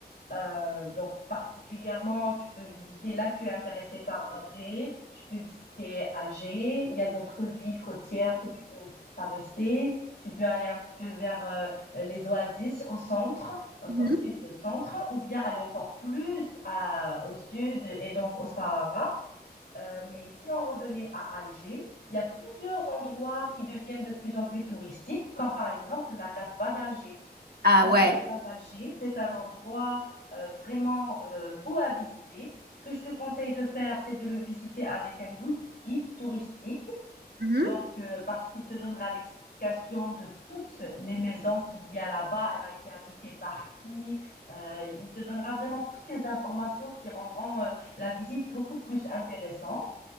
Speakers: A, on the left; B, on the right.
A: Euh, donc particulièrement, tu peux visiter, là tu es intéressé par Alger, tu peux visiter Alger, il y a d'autres villes côtières que tu peux aussi traverser, tu peux aller un petit peu vers euh, les oasis au centre, au so-
B: Mhm.
A: sud-centre, ou bien aller encore plus à- au sud et donc au Sahara. Euh, mais si on revenait à Alger, il y a plusieurs endroits qui deviennent de plus en plus touristiques, comme par exemple la Casbah d'Alger.
B: Ah
A: La
B: ouais.
A: Casbah d'Alger, c'est un endroit euh, vraiment euh, beau à visiter. Ce que je te conseille de faire, c'est de le visiter avec un gou- guide touristique,
B: Mhm.
A: donc euh, parce qu'il te donnera l'explication de toutes les maisons qu'il y a là-bas, elle a été habitée par qui. Euh, il te donnera vraiment toutes les informations qui rendront euh, la visite beaucoup plus intéressante.